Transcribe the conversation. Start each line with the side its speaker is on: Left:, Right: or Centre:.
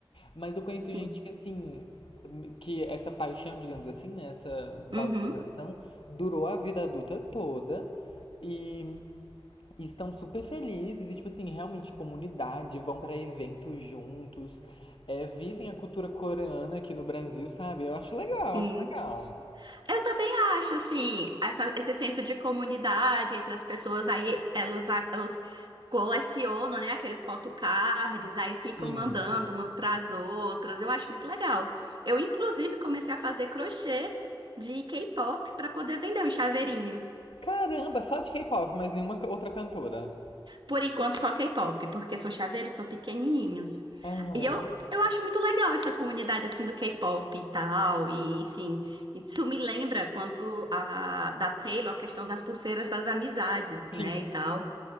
Left: Mas eu conheço
Right: sim.
Left: gente que, assim, que essa paixão, digamos assim, né, essa valorização
Right: Uhum,
Left: durou a vida adulta toda e estão super felizes e, tipo assim, realmente comunidade, vão pra eventos juntos, é, vivem a cultura coreana aqui no Brasil, sabe? Eu acho legal,
Right: sim.
Left: acho legal.
Right: Eu também acho, assim, essa- esse senso de comunidade entre as pessoas, aí elas, elas colecionam, né, aqueles photocards, aí ficam
Left: Sim.
Right: mandando uma para as outras. Eu acho muito legal. Eu, inclusive, comecei a fazer crochê de K-pop para poder vender os chaveirinhos.
Left: Caramba, só de K-pop, mas nenhuma outra cantora.
Right: Por enquanto, só K-pop, porque são chaveiros, são pequenininhos.
Left: Aham.
Right: E eu, eu acho muito legal essa comunidade, assim, do K-pop e tal, e enfim. Isso me lembra quanto a, da Taylor, a questão das pulseiras das amizades, né,
Left: Sim,
Right: e tal.